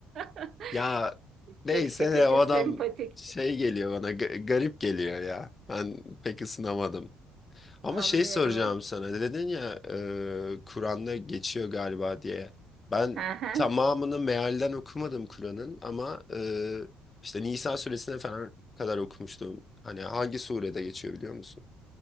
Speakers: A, on the right; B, on the left.
A: <laughs>
B: Ya neyse
A: Çok şakacı,
B: de o adam
A: sempatik.
B: şey geliyor bana ga- garip geliyor ya. Ben pek ısınamadım. Ama
A: <laughs> Anlıyorum.
B: şey soracağım sana. Dedin ya e, Kur'an'da geçiyor galiba diye. Ben
A: <laughs>
B: tamamını mealden okumadım Kur'an'ın ama e, işte Nisa suresine falan kadar okumuştum. Hani hangi surede geçiyor biliyor musun?